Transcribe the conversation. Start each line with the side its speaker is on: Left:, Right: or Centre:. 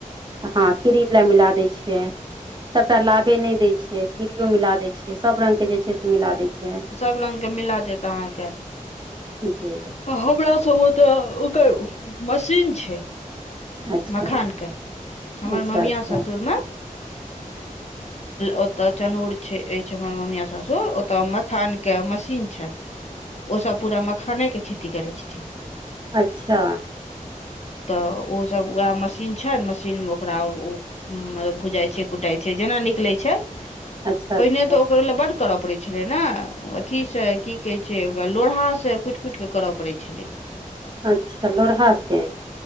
Right: हँ कोड़ी वला मिला दै छिय सभटा लाभे नहि दै छै खीड़ियो मिला दै छै सब रंगग के जे छै से मिला दै छै
Left: सब रंगग के मिला देत अहाँके
Right: जी
Left: हमरा सब ओते ओकर मशीन छै
Right: अच्छा
Left: मखान के हमर
Right: अच्छा
Left: ममिया
Right: अच्छा
Left: सासुरमे ओतऽ चनहुड़ छै अछि हमर मम्मिया सासुर ओतऽ मखान किया मशीन छनि ओ सब पूरा मखाने के खेती करै छथिन
Right: अच्छा
Left: तऽ ओसभ उएह मशीन छै मशीनमे ओकरा ओ मतलब भुजाइ छै कुटाइ छै जेना निकलै छै
Right: अच्छा अच्छा
Left: पहिने तऽ ओकरो लए बड करय पड़ छलै ने अथीसँ की कहै छै ओकरा लोरहासँ कुटि पुटि कऽ करय पड़ैत छलै
Right: अच्छा लोढ़हा से